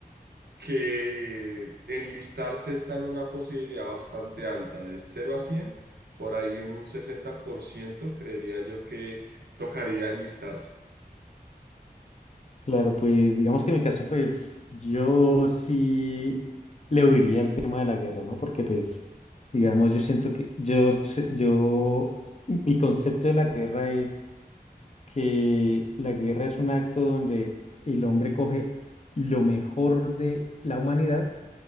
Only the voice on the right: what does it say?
que enlistarse está en una posibilidad bastante alta, de cero a cien por ahí en un sesenta por ciento creería yo que tocaría enlistarse.